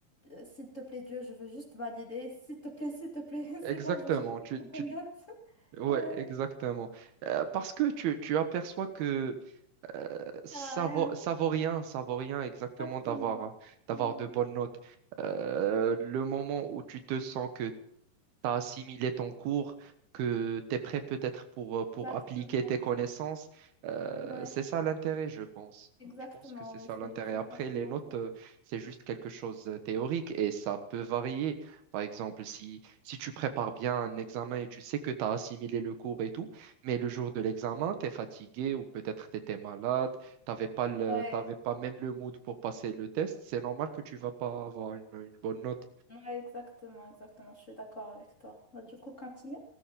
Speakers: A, on the left (about 25°); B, on the right (about 80°).
A: Euh, s'il te plaît, Dieu, je veux juste valider, s'il te plaît, s'il te plaît, <laughs> c'est
B: Exactement,
A: bon, je cherche plus
B: tu,
A: de bonnes
B: tu,
A: notes. <laughs>
B: ouais,
A: Ouais,
B: exactement. Euh, parce que tu, tu aperçois que euh,
A: ça
B: ça
A: sert à rien.
B: vaut, ça vaut rien, ça vaut rien exactement
A: Exactement.
B: d'avoir, d'avoir
A: Ouais,
B: de bonnes notes. Euh, le moment où tu te sens que tu as assimilé ton cours, que tu es prêt peut-être pour, euh, pour
A: Exactement.
B: appliquer tes connaissances. Euh,
A: Ouais,
B: c'est ça l'intérêt, je pense.
A: exactement.
B: Je pense que c'est
A: Ouais,
B: ça l'intérêt.
A: c'est c'est
B: Après,
A: exactement
B: les notes,
A: ça.
B: euh, c'est juste quelque chose de théorique et ça peut varier. Par exemple, si, si tu prépares bien un examen et tu sais que tu as assimilé le cours et tout, mais le jour de l'examen, tu es fatigué ou peut-être tu étais malade, t'avais pas le,
A: ouais
B: t'avais pas même le mood pour passer le test, c'est normal que tu vas pas avoir une une bonne note.
A: Ouais, exactement, exactement, je suis d'accord avec toi. Bah, du coup, continue.